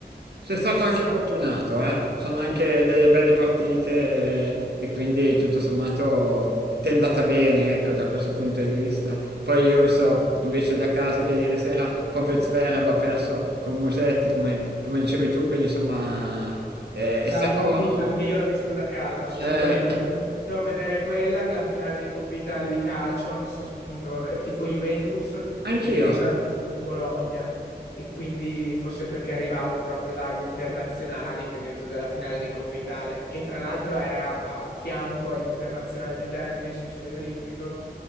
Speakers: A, on the right; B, on the left.
A: Sei stato
B: sono
A: anche
B: stato
A: fortunato, eh? Sono anche delle belle partite e quindi tutto sommato ti è andata bene, ecco, da questo punto di vista. Poi io ho visto invece da casa che ieri sera proprio Zverev ha perso con Musetti, come, come dicevi tu, quindi insomma eh,
B: Bella
A: è stato...
B: partita, anche io l'ho vista da casa, assolutamente.
A: eh,
B: Ho preferito vedere quella che la finale di Coppa Italia di calcio, anche se appunto, vabbè, tifo Juventus e
A: anch'io,
B: ieri c'era Bologna e quindi forse perché arrivavo proprio dagli internazionali che ho detto della finale di Coppa Italia, che tra l'altro era a fianco agli internazionali di tennis sullo Stadio Olimpico.